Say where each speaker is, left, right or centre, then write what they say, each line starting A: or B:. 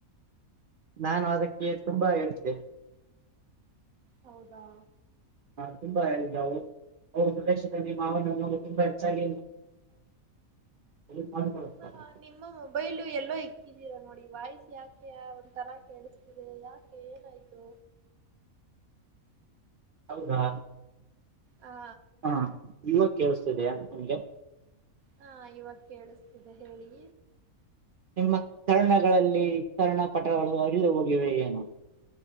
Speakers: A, on the right; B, on the right.
A: ನಾನು ಅದಕ್ಕೆ ತುಂಬಾ ಹೇಳ್ದೆ.
B: ಹೌದಾ.
A: ಹಾ ತುಂಬಾ ಎಲ್ಲವು ಪ್ರದೇಶದಲ್ಲಿ ಮಾವಿನ ಹಣ್ಣು ತುಂಬಾ ಹೆಚ್ಚಾಗಿ ಮಾತಾಡುತ್ತಾರೆ
B: ನಿಮ್ಮ ನಿಮ್ಮ ಮೊಬೈಲು ಎಲ್ಲೋ ಇಕ್ಕಿದೀರಾ ನೋಡಿ. ವಾಯ್ಸ್ ಯಾಕೆ ಒಂತರ ಕೆೇಳಿಸತದೆ ಯಾಕೆ ಏನಾಯ್ತು.
A: ಹೌದಾ.
B: ಹಾ
A: ಹಾ ಇವಾಗ ಕೇಳ್ಸ ಇದೆಯಾ ನಿಮಗೆ
B: ಹಾ ಇವಾಗ ಕೇಳಿಸ್ತಿದೆ ಹೇಳಿ.
A: ನಿಮ್ಮ ಕರ್ಣಗಳಲ್ಲಿ ಕರ್ಣ ಪಟಗಳು ಹರಿದು ಹೋಗಿವೆ ಏನು.